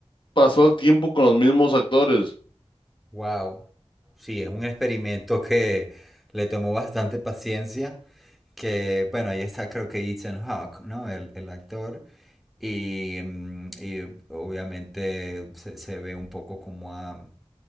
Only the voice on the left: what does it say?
pasó el tiempo con los mismos actores.